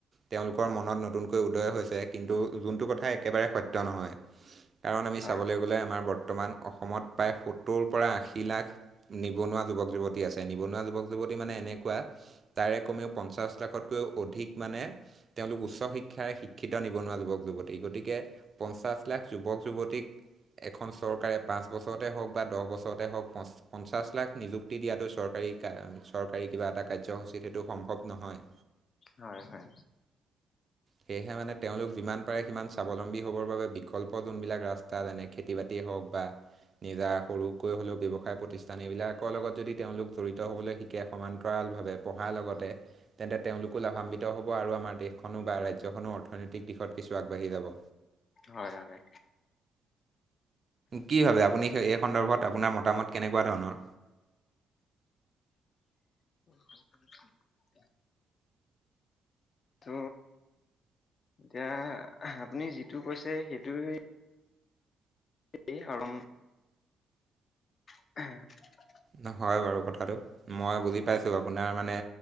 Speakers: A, on the right (about 40°); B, on the left (about 50°).
A: তেওঁলোকৰ মনত নতুনকৈ উদয় হৈছে। কিন্তু, যোনটো কথা থা, একেবাৰে সত্য নহয়। কাৰণ আমি
B: হয়
A: চাবলৈ গ'লে আমাৰ বৰ্ত মান অসমত প্ৰায় সত্তৰ পৰা, আশী লাখ নিবনুৱা যুৱক-যুৱতী আছে। নিবনুৱা যুৱক যুৱতী মানে এনেকুৱা, তাৰে কমেও পঞ্চাছ লাখতকৈও অধিক মানে তেওঁলোক উচ্চ শিক্ষাৰে শিক্ষিত নিবনুৱা যুৱক-যুৱ তী, গতীকে, পঞ্চাশ লাখ যুৱক-যুৱতীক এখন চৰকাৰে পাঁচবছৰতে হওঁক বা দহবছৰতে হওঁক, পঞ্চাশলাখ নিযুক্তি ক্তি, দিয়াটো চৰকাৰী, চৰকাৰী কিবা এটা কাৰ্যসূচীত সেইটো সম্ভৱ নহয়।
B: হয়, হয়।
A: সেয়েহে মানে তেওঁলোক যিমান পাৰে সিমান স্বাৱলম্বী হ'বৰ বাবে, বিকল্প যোনবিলাক ৰাস্তা, যেনে খেতি-বাতি হওঁক বা নিজা সৰুকৈ হ'লেও ব্যৱসায় প্ৰতিষ্ঠান, এইবিলাকৰ লগত যদি তেওঁলোক জড়িত হ'বলৈ শিকে, সমান্তৰালভাৱে পঢ়াৰ লগতে, তেন্তে তেওঁলোকো লাভান্বিত হ'ব আৰু আমাৰ দেশখনো বা ৰাজ্যখনো অৰ্থনৈতিক দিশত কিছু আগবাঢ়ি যাব।
B: হয়, হয়।
A: কি ভাবে? আপুনি এই সন্দৰ্ভত আপোনাৰ মতামত কেনেকুৱা ধৰণৰ?
B: <inaudible> ত, এতিয়া, আপুনি যিটো কৈছে, সেইটোৱে এই আৰু <inaudible>
A: নহয়, বাৰু কথাটো। মই বুজি পাইছোঁ আপোনাৰ মানে